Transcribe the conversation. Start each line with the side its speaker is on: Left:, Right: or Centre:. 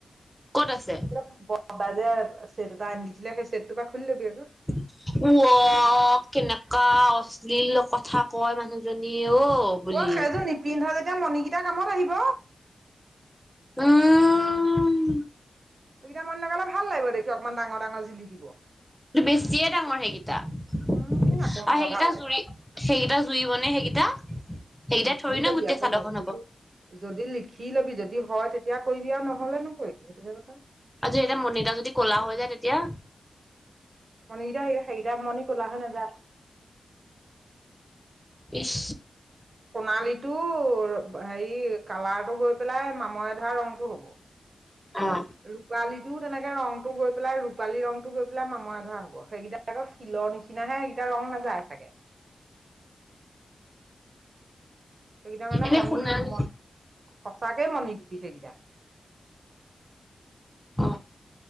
Centre: ক'ত আছে
Right: কিবা ব <unintelligible> যে ছেট এটা আনি দিছিলে সেই ছেট টোৰ পলা খুলি ল'বি আকৌ।
Centre: <inaudible> উও কেনেকুৱা অশ্লীল কথা কয় মানুহজনীয়ে অ। বুলি
Right: অ সেইযোৰ নিপিন্ধা যেতিয়া মণিকিতা কামত আহিব।
Centre: উম
Right: সেইকেইটা মণি লগালে ভাল লাগিব দেখি অকমান ডাঙৰ ডাঙৰ জিলিকিব।
Centre: বেছিয়ে ডাঙৰ সেইকেইটা, আৰু
Right: উম
Centre: সেইকেইটা
Right: আকৌ নহয় ভাল লাগিব
Centre: জুৰি সেইকেইটা জুৰিব নে সেইকেইটা, সেইকেইটাই
Right: লিখি
Centre: থৰি
Right: লবি
Centre: না গোটেই
Right: আকৌ
Centre: চাদৰখন
Right: বস্তুটো
Centre: হ'ব।
Right: যদি লিখি ল'বি, যদি হয় তেতিয়া কৰিবি আৰু নহ'লে নকৰিবি এইটোহে কথা।
Centre: আৰু এতিয়া মণিতা যদি কলা হৈ যায় তেতিয়া?
Right: মণিকেইটা হেৰি সেইকেইটা মণি কলা হৈ নাযায়।
Centre: ইছ।
Right: সোণালীটোৰ হেৰি কালাৰটো গৈ পেলাই মামৰে ধৰা ৰংটো হ'ব।
Centre: অ'।
Right: ৰূপালীটো তেনেকে ৰং টো গৈ পেলাই ৰূপালী ৰংটো গৈ পেলাই মামৰা ধৰা হ'ব, সেইকেইটা আকৌ শিলৰ নিচিনা হে এইকেইটা ৰং নাযায় চাগে। সেইকেইটা মানে
Centre: এনে
Right: মণি
Centre: সোণালী
Right: ম সঁচাকে মণি গুতি সেইকেইটা।
Centre: অ